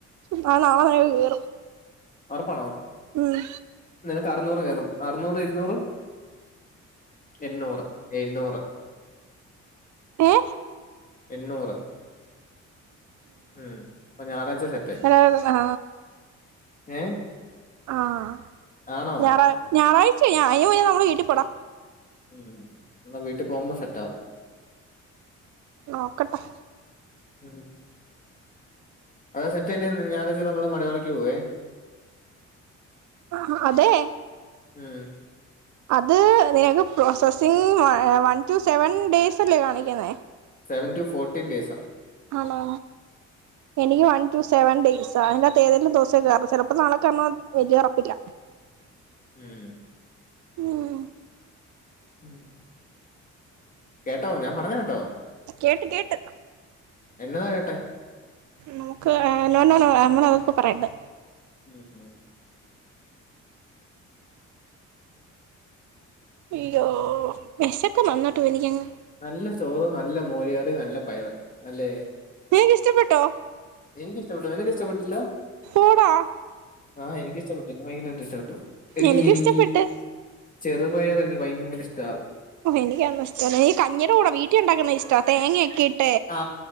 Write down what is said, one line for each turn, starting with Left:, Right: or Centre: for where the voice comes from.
Right: പണം നാളെ നിനക്ക് കേറും
Left: ഉറപ്പാണോ
Right: ഉം
Left: നിന ക്ക അറുന്നൂർ കേറും അറുന്നൂറും ഇരുന്നൂറും എണ്ണൂറ് എഴുന്നൂറ്
Right: ഏ
Left: എണ്ണൂറ് ഉം അപ്പൊ ഞായറാഴ്ച്ച സെറ്റായി
Right: എടാ ആ
Left: ഏ
Right: ആഹ്
Left: ആണോ
Right: ഞായറാ ഞായറാഴ് ച്ച ആയോയി നമ്മള് വീട്ടി പോടാ
Left: മ് എന്നാ വീട്ടി പോവുമ്പോ സെറ്റാവും
Right: നോക്കട്ടെ
Left: മ് അത് സെറ്റായില്ലെങ്കിൽ ഞായറാഴ്ച്ച നമ്മളെ മണിമലയ്ക്ക്‌ പോകുവേ
Right: ആഹാ അതെ
Left: ഉം
Right: അത് നിനക്ക് processing one to seven days അല്ലെ കാണിക്കുന്നേ
Left: സെവൻ ടു ഫോർട്ടീൻ ഡേയ്സ് ആ
Right: ആണോ എനിക്ക് വൺ ടു സെവൻ ഡെയ്സ് സാറില്ലാത്ത ഏതേലും ദിവസം കേറും ചിലപ്പോ നാളെ കേറണം വല്യ ഉറപ്പില്ല
Left: ഉം
Right: ഉം
Left: ഉം കേട്ടോ ഞാൻ പറഞ്ഞത് കേട്ടോ
Right: കേട്ട് കേട്ട്
Left: എന്നതാ കേട്ടെ
Right: നോക്ക് ഏ നോ നോ നോ ഏ അങ്ങനെ അതിപ്പോ പറയരുത്
Left: ഉം ഉം
Right: അയ്യോ വിശക്കുന്നു നന്നായിട്ട് എനിക്കങ്ങു
Left: നല്ല ചോറ് നല്ലമോര് കറി നല്ല പയർ അല്ലെ
Right: നിനക്ക് ഇഷ്ടപ്പെട്ടോ
Left: എനിക്ക് ഇഷ്ടപെട്ട് നിനക്ക് ഇഷ്ടപെട്ടില്ലേ
Right: പോടാ
Left: ആ എനിക്കിഷ്ടപ്പെട്ടു ഇക്ക് ഭയങ്കരമായിട്ട് ഇഷ്ടപ്പെട്ടു എടീ
Right: എനിക്കിഷ്ടപ്പെട്ട്
Left: എനിക്ക് ഈ ചെറുപയർ എനിക്ക് ഭയങ്കര ഇഷ്ടാ
Right: ഓ എനിക്കതൊന്നും ഇഷ്ട്ടല്ല കഞ്ഞിയുടെ കൂടെ വീട്ടിൽ ഉണ്ടാക്കുന്ന ഇഷ്ടാ ഈ തേങ്ങ ഒക്കെ ഇട്ട്
Left: ആ